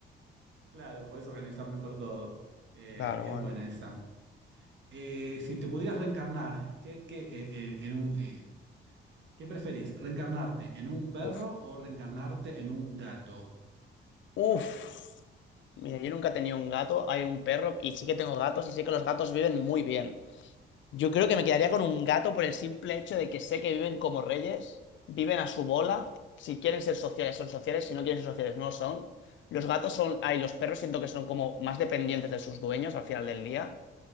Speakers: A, on the right; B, on the left.
A: Claro, puedes organizar mejor todo. Eh,
B: Claro,
A: es
B: bueno.
A: buena esa. Eh, si te pudieras reencarnar, ¿qué, qué, eh, eh, en un, eh, ¿qué preferís? ¿Reencarnarte en un perro
B: Uf.
A: o reencarnarte en un gato?
B: Uf. Mira, yo nunca he tenido un gato, hay un perro y sí que tengo gatos y sé que los gatos viven muy bien. Yo creo que me quedaría con un gato por el simple hecho de que sé que viven como reyes, viven a su bola, si quieren ser sociales son sociales, si no quieren ser sociales no lo son. Los gatos son, ay, los perros siento que son como más dependientes de sus dueños al final del día